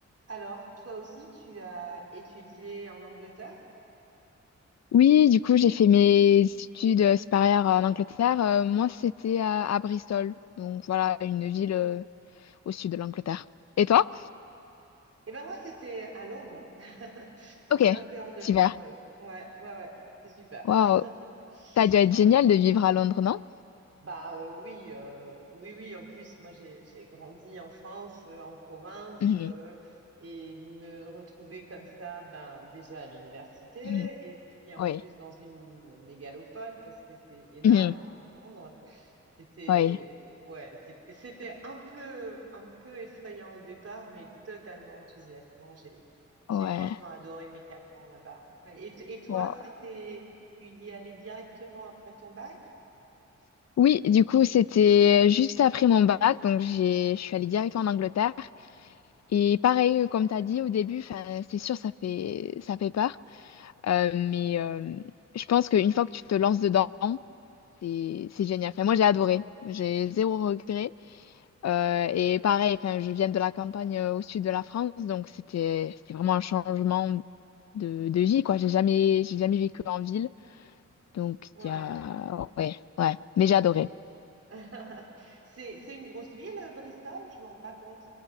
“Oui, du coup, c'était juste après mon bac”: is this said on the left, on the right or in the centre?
Left